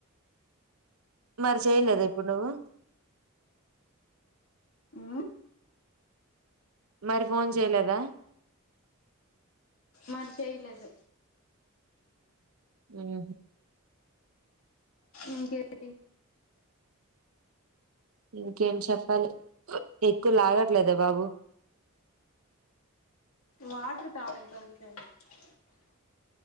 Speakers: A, on the right; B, on the left.
A: మరి చెయలేదా ఇప్పుడు నువ్వు
B: ఊ
A: మరి ఫోన్ చేయలేదా
B: మరి చేయలేదు
A: ఉహు
B: ఇంకేంటి
A: ఇంకేం చెప్పాలి ఎక్కువ లాగట్లేదా బాబు
B: వాటర్ తాగుతావ్ <unintelligible>